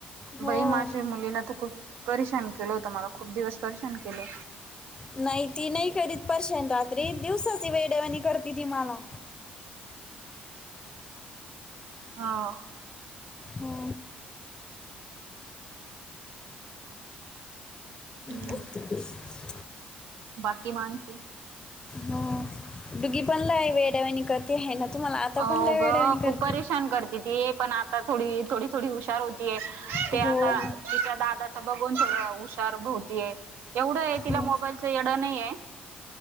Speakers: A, on the left; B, on the right.
A: हो
B: बाई माझ्या मुलीन तर खूप परेशान केलं, होतं, मला खूप दिवस परेशान केलं.
A: नाही ती नाही करीत परेशान रात्री, दिवसाचं वेडेवाणी करती ती मला.
B: हां.
A: हा.
B: हम्म
A: मस्त दिसतीस.
B: बाकी मग आणखी.
A: हां. डुगीपण लय वेड्यावाणी करती. हेना तुम्हाला हाय ना,
B: हो
A: आता पण लै
B: ग
A: वेड्यावाणी करती.
B: खूप परेशान करत दीदी पण आता थोडी, थोडी थोडी हुशार होतीये ती
A: हो
B: आता तिच्या दादा. च बघून थोडं हुशार भोवतीय एवढं, आहे तिला
A: हो
B: मोबाईलच येड नाहीये.